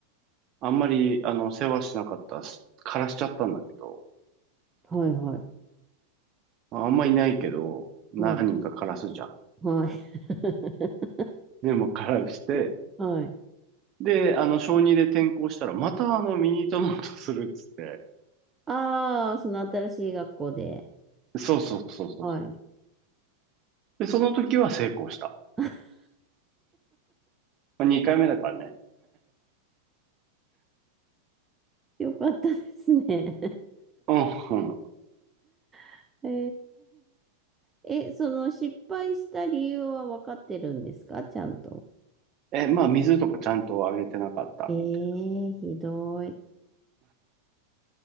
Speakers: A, on the right; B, on the right.
A: あんまり、あの、世話しなかった、す枯らしちゃったんだけど、
B: はいはい。
A: まあんまいないけど、何人か枯らすじゃん。
B: うん。はい。<laughs>
A: で、も枯らして、
B: はい。
A: で、あの、小2で転校したら、またあの、ミニトマトするっつって、
B: ああ、その新しい学校で。
A: そうそうそうそうそう。
B: はい。
A: で、その時は成功した。
B: <laughs>
A: 2回目だからね。
B: よかったですね。
A: うん、うん。
B: <laughs> えええ、その失敗した理由は分かってるんですかちゃんと。
A: え、まあ、水とかちゃんとあげてなかったみたい
B: ええひどい。